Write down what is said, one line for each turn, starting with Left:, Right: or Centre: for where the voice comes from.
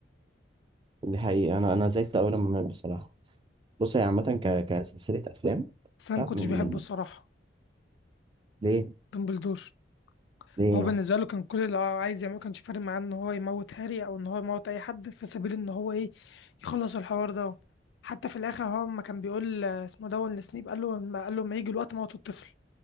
Right: دي حقيقة أنا أنا زعلت أوي لما مات بصراحة بص هي عامة ك... كسلسلة أفلام
Left: بس أنا
Right: لا
Left: ما كنتش
Right: من
Left: بحبه
Right: من
Left: الصراحة
Right: ليه
Left: دمبلدور
Right: ليه
Left: هو
Right: يعني
Left: بالنسبة له كان كل اللي هو عايز يعمله كانش فارق معاه ان هو يموت هاري او ان هو يموت اي حد في سبيل ان هو ايه يخلص الحوار ده حتى في الاخر هو ما كان بيقول آه، اسمه دون لسنيب قال له ما قال له ما يجي الوقت موت الطفل